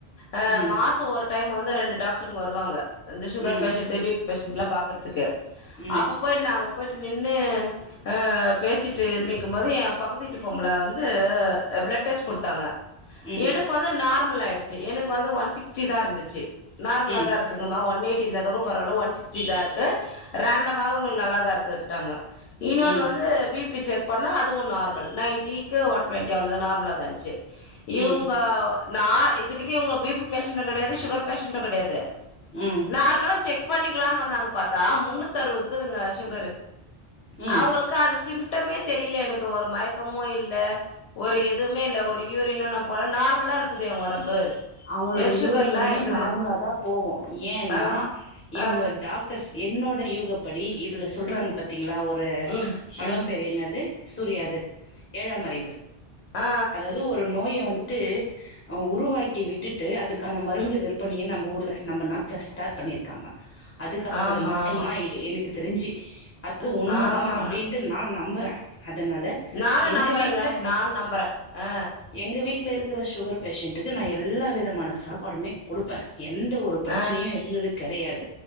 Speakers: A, on the left; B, on the left.
A: அ
B: ம்
A: மாச ஒரு டைம் வந்து ரெண்டு டாக்ட்ருங்க வருவங்க இந்த சுகர்
B: ம்
A: பேஷன்ட்டு பி பி பேஷன்ட்லா பாக்கற்துக்கு
B: ம்
A: அப்ப போயிட்டு நா அங்க போயிட்டு நின்னு அ பேசிட்டு நிக்கும் போது எ பக்கத்து வீட்டு பொம்பள வந்து அ பிளட் டெஸ்ட் குடுத்தாங்க
B: ம்
A: எனக்கு வந்து நார்மல் ஆயிடுச்சு எனக்கு வந்து ஒன் சிக்ஸ்டி தா இருந்துச்சு நார்மலா
B: ம் ம்
A: தா இருக் குது மா ஒன் எயிட்டி இருந்ததுக்கு பரவால்ல ஒன் சிகஸ்டி தா இருக்கு ரேண்டமா உங்களுக்கு நல்லாதா இருக்கு க்குன்டாங்க இன்னொன்னு
B: ம்
A: வந்து பி பி செக் பண்ணா அதுவு நார்மல் நைன்டிக்கு ஒன் டுவெண்ட் டி அவ்வளதா நார்மலா தா இருந்ச்சு இவ்ங்க
B: ம்
A: நா இத்தனைக்கு இவ்ங்க பி பி பேஷன்ட்டு கெடையாது சுகர் பேஷன்ட்டு கெடையாது
B: ம்
A: நார்மலா செக் பண்ணிக்லான் வந்தாங்க பாத்தா முன்னூத்தறுவது இக்குதுங்க சுகரு
B: ம்
A: அவ்ங்களுக்கு அது சிம்டமே தெரியல எனக்கு ஒரு மயக்கமு இல்ல ஒரு எதுவுமே இல்ல ஒரு யூரினு நா போல நார்மலா இருக்குது எ ஒடம்பு
B: அவ்ங்களோட
A: எனக்கு
B: யூர்னுமே
A: சுகர்லா இருக்குது
B: நார்மலா தா போகு ஏன்னா
A: ஆ
B: இவ்ங்க
A: ஆ
B: டாக் ட்ரம்ஸ் என்னோட யூகப்படி இதுல சொல்றாங்க
A: ம்
B: பாத்தீங்களா ஒரு
A: ம்
B: படம்
A: ம்
B: பேரு என்னது சூரியாது ஏழாம் அறிவு
A: ஆ
B: து ஒரு நோய வந்துட்டு அவ உருவாக்கி விட்டுட்டு அதுக்கான மருந்து
A: ம்
B: விற்பனைய நம்ப ஊர்ல நம்ம நாட்ல ஸ்டார்ட் பண்ணிருக்காங்க அதுக்கானது
A: ஆமா
B: மட்டுந்தா
A: ஆமா
B: இது எனக்கு தெரிஞ்சு அ அது உண்மதா
A: ஆமாங்க
B: அப்டின்ட்டு நா நம்புறே அதனால
A: நானு
B: எங்க
A: நம்புறேங்க
B: வீட்ல
A: நானு நம்புறே ஆ
B: எங்க வீட்ல இருக்குற சுகர் பேஷண்ட்டுக்கு நா எல்லா விதமான சாப்பாடுமே குடுப்பே எந்த ஒரு பிரச்சனையு
A: ஆ
B: இருந்தது கெடையாது